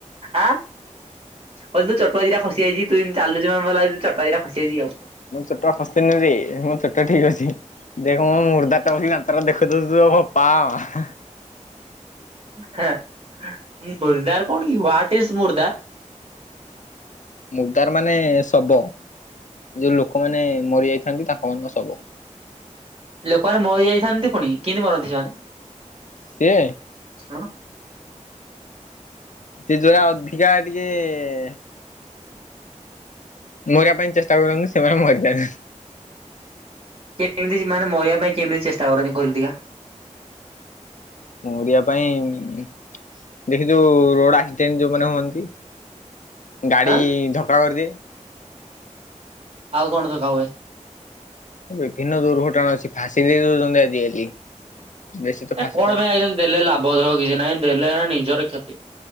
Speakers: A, on the right; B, on the left.
A: ଆ କହିଲି ତୁ ଚଟୁଆ ଦି ଟା ଖସିଯାଇଚି ତୁ ଏନ୍ତି ଚାଲଚୁ ମତେ ଲାଗୁଛି ଚଟୁଆ ଦିଟା ଖସିଯାଇଚିକି ଆଉ -
B: ମୋ ଚଟୁଆ ଖସିନିରେ ମୋ ଚଟୁଆ ଠିକ ଅଛି। ଦେଖମ ମୁର୍ଦାରଟା ବସି ଦାନ୍ତଟା ଦେଖେଇ ଦଉଚୁ ତ ବୋପା ମା।
A: ହେଁ ମୁର୍ଦାର କଣ କି ୱାଟ ଇସ୍ ମୁର୍ଦାର?
B: ମୁର୍ଦାର ମାନେ ଶବ ଯୋଉ ଲୋକମାନେ ମରିଯାଇଥାନ୍ତି ତାଙ୍କ ମାନଙ୍କ ଶବ।
A: ଲୋକମାନେ ମରିଯାଇଥାନ୍ତି ପୁଣି କେମିତି ମରନ୍ତି ସେମାନେ?
B: ସିଏ
A: <inaudible>
B: ସେ ଯୋରା ଅଧିକା ଟିକେ ଏ ମରିବା ପାଇଁ ଚେଷ୍ଟା କରନ୍ତୀ ସେମାନେ ମରିଯାନ୍ତି।
A: କେମିତି ମାନେ ମରିବା ପାଇଁ କେମିତି ଚେଷ୍ଟା କରନ୍ତିି କହିଲୁ ଦେଖିବା।
B: ମରିବା ପାଇଁ ଉଁ ହୁଁ। ଦେଖ ଯୋଉ ରୋଡ ଆକ୍ସିଡେଣ୍ଟ ଯୋଉମାନେ ହୁଅନ୍ତି। ଗାଡି
A: ଆଁ
B: ଧକ୍କା କରିଦିଏ।
A: ଆଉ କଣ ଧକ୍କା ହୁଏ।
B: ବିଭିନ୍ନ ଦୁର୍ଘଟଣା ଅଛି ଫାଶୀ ଦେଇ ଦଉଛନ୍ତି ଆଜିକାଲି। ବେଶୀ ତ
A: ଏ
B: ଫାଶୀରେ
A: କଣ
B: ନହେଲେ
A: ପାଇଁ ଆଜିକାଲି ଦେଲେ ଲାଭ ଦେବ କିଛି ନାହିଁ ଦେଲେଏହା ନିଜର କ୍ଷତି।